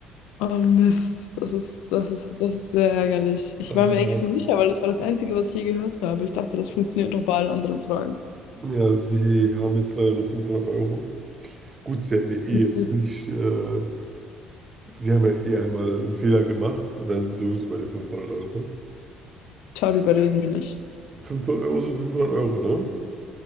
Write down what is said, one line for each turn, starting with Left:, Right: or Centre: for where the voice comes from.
Left: Oh Mist, das ist, das ist, das ist sehr ärgerlich. Ich
Right: Das
Left: war
Right: ist
Left: mir eigentlich
Right: hart.
Left: so sicher, weil das war das Einzige, was ich je gehört habe. Ich dachte, das
Right: Ja,
Left: funktioniert doch bei allen anderen Fragen.
Right: Ja, sie haben jetzt leider nur 500 Euro. Gut, sie hatten ja eh jetzt
Left: Mist.
Right: nicht, äh, sie haben ja eh einmal einen Fehler gemacht, da wären sie sowieso bei den fünfhundert Euro.
Left: Darüber reden wir nicht.
Right: 500 Euro sind 500 Euro, ne?